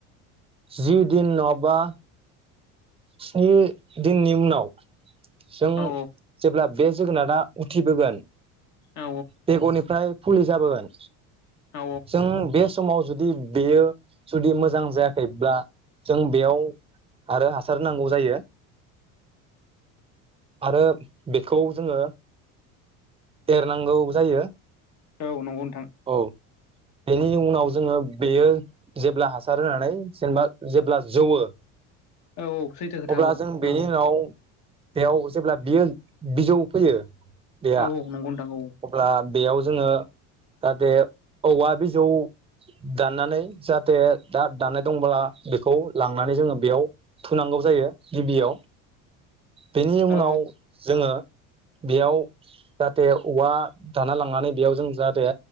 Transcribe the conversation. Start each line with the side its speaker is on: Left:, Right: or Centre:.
Right: जि दिन नङबा स्नि दिननि उनाव जों
Left: औ
Right: जेब्ला बे जोगोनारा उथिबोगोन
Left: औ
Right: बेगरनिफ्राय फुलि जाबोगोन
Left: औ
Right: जों बे समाव जुदि बेयो जुदि मोजां जायाखैब्ला जों बेयाव आरो हा सार नांगौ जायो। आरो बेखौ जोङो एरनांगौ जायो
Left: औ नंगौ नोंथां।
Right: औ बेनि उनाव जोङो बेयो जेब्ला हासार होनानै जेनेबा जेब्ला जौवो
Left: औ औ सैथो खोथा
Right: अब्ला
Left: औ
Right: जों बेनि
Left: नंगौ
Right: उनाव बेयाव जेब्ला बियो बिजौ फैयो बेहा
Left: औ औ नंगौ नोंथां औ
Right: अब्ला बेयाव जोङो जाहाथे औवा बिजौ दाननानै जाहाथे दा दाननाय दंब्ला बेखौ लांनानै जोङो बेयाव थुनांगौ जायो गिबियाव बेनि उनाव
Left: औ
Right: जोङो बेयाव जाहाथे औवा दानना लांनानै बेयाव जों जाहाथे